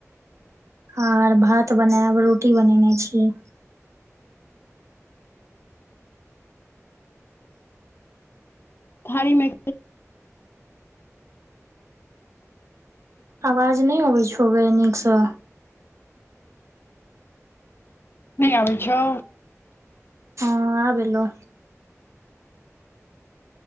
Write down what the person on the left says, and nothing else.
थारी मे
नै आबै छौ।